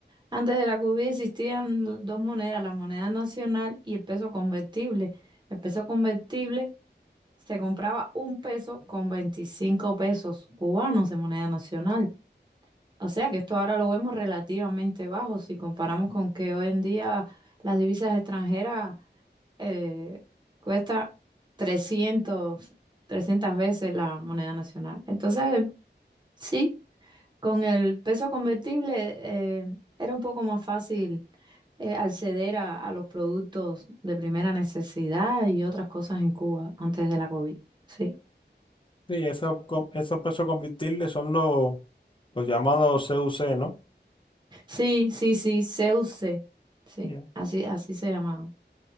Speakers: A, on the right (about 25°); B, on the left (about 30°).
A: Antes de la COVID existían do- dos monedas, la moneda nacional y el peso convertible. El peso convertible se compraba un peso con 25 pesos cubanos de moneda nacional. O sea que esto ahora lo vemos relativamente bajo si comparamos con que hoy en día las divisas extranjeras eh, cuestan 300 300 veces la moneda nacional. Entonces, sí, con el peso convertible eh, era un poco más fácil eh, acceder a, a los productos de primera necesidad y otras cosas en Cuba antes de la COVID. Sí,
B: Sí, esos, co- esos pesos convertibles son los, los llamados CUC, ¿no?
A: sí, sí, sí, CUC. Sí,
B: Ya.
A: así, así se llamaba.